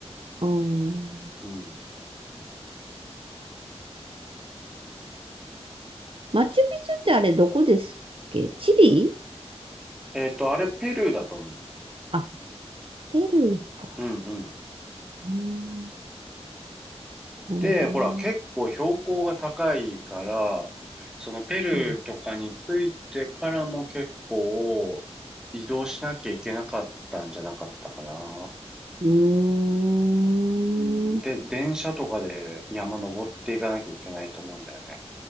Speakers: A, on the right (about 50°); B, in the centre.
A: うん。
B: うん。
A: マチュピチュってあれどこですっけチリ
B: えっと、あれ、ペルーだと思う。
A: あ、ペルーか。
B: うんうん。
A: うん、なるほど。
B: で、ほら、
A: う
B: 結構標高が高いから、そのペルーとかについてからも結構移動しなきゃいけなかったんじゃなかったかな。
A: ん。うーん。
B: うん、
A: う
B: で、電車とかで山登っていかなきゃいけないと思うんだよね。